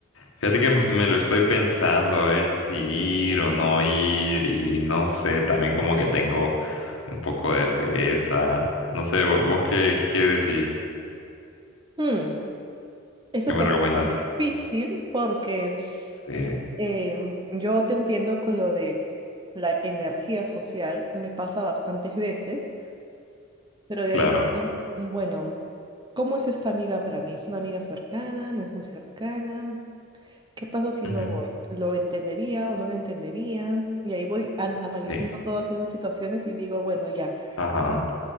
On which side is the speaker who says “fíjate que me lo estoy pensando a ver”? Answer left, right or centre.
Left